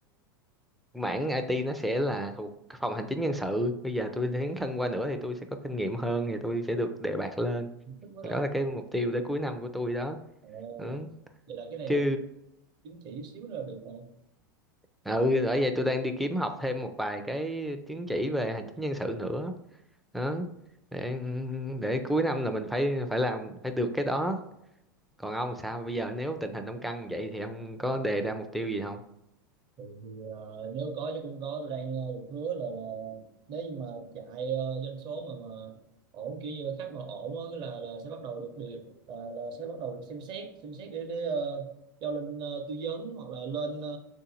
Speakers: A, in the centre; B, on the right.
A: mảng IT nó sẽ là thuộc phòng hành chính nhân sự bây giờ tôi tiến thân qua nữa thì tôi sẽ có kinh nghiệm hơn thì tôi sẽ được đề bạt lên
B: thích quá
A: đó
B: ta
A: là cái mục tiêu tới cuối năm của tôi đó
B: Ồ,
A: ừ.
B: vậy là cái này
A: chứ
B: là chứng chỉ xíu nữa là được rồi
A: ừ ừ, bởi vậy tôi đang đi kiếm học thêm một vài cái chứng chỉ về hành chính nhân sự nữa đó để để cuối năm là mình phải phải làm phải được cái đó còn ông sao bây giờ nếu tình hình ông căng vậy thì ông có đề ra mục tiêu gì không
B: thì ờ, nếu có chứ cũng có tôi đang ờ, được hứa là là nếu như mà chạy ờ, doanh số mà mà ổn kiểu như khách mà ổn á, cái là là sẽ bắt đầu được điều là, là sẽ bắt đầu được xem xét xem xét để để ờ, cho lên ờ, tư vấn hoặc là lên ờ,